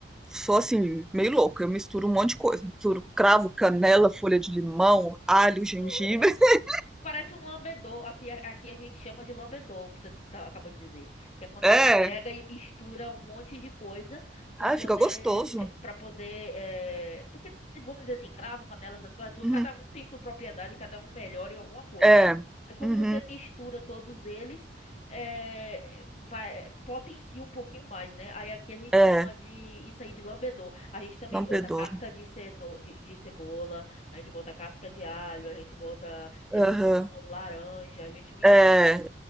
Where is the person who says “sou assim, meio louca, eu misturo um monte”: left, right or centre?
Centre